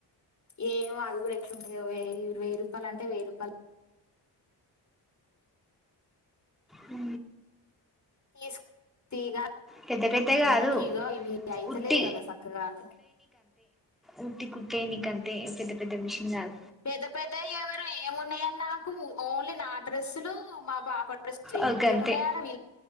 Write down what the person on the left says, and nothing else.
ఏమో అవి కూడా ఎట్లుంటాయో వెయ్యి రూపాయలు అంటే వెయ్యి రూపాయలు
తీసు తీగ
మనకి ఇగ ఇవి అయితలేవు
కదా చక్కగాదు
పెద్ద పెద్ద ఎవరు ఏమిన్నాయని నాకు ఓన్లీ నా డ్రస్సులు మా పాప డ్రెస్సులే
ఇక
ఏమున్నాయాడ